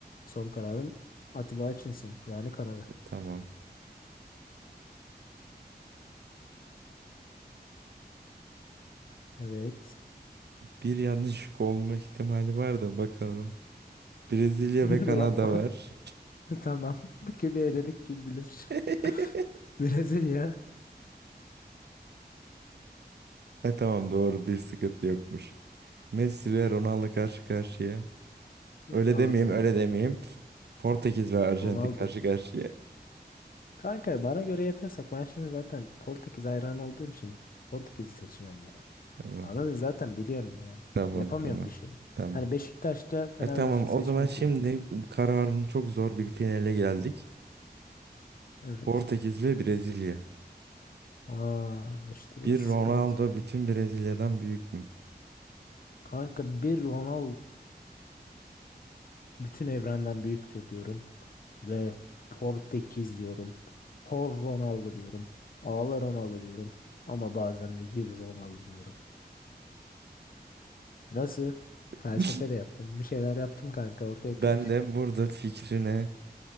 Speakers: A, on the left; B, on the right.
A: Son kararım Atiba Hutchinson. Yani Kanada.
B: E, tamam.
A: Evet.
B: Bir yanlışlık olma ihtimali var da bakalım. Brezilya
A: <laughs>
B: ve Kanada
A: Yapma.
B: var.
A: <laughs> Tamam. <laughs> Kimi eledik kim bilir.
B: <laughs>
A: <laughs> Brezilya.
B: E tamam doğru bir sıkıntı yokmuş. Messi ve Ronaldo karşı karşıya. Öyle
A: Abi.
B: demeyeyim öyle demeyeyim. Portekiz ve Arjantin
A: Ronaldo.
B: karşı karşıya.
A: Kanka bana göre yapıyorsak ben şimdi zaten Portekiz hayranı olduğum için Portekiz'i seçeceğim ya.
B: Tamam
A: Ama zaten biliyorum yani.
B: tamam
A: Yapamıyorum
B: tamam.
A: bir şey.
B: Tamam.
A: Hani Beşiktaş'ta Fenerbahçe
B: E tamam
A: seçmek
B: o zaman şimdi
A: gibi.
B: bu kararın çok zor bir finale geldik.
A: Evet.
B: Portekiz ve Brezilya.
A: Aa işte burası
B: Bir Ronaldo
A: sıkıntı.
B: bütün Brezilya'dan büyük mü?
A: Kanka bir Ronaldo bütün evrenden büyüktür diyorum. Ve Portekiz diyorum. Por Ronaldo diyorum. Ağla Ronaldo diyorum. Ama bazen de gül Ronaldo diyorum. Nasıl?
B: <laughs>
A: Felsefe de yaptım. Bir şeyler yaptım kanka. Ortaya
B: Ben
A: karışık.
B: de burada fikrine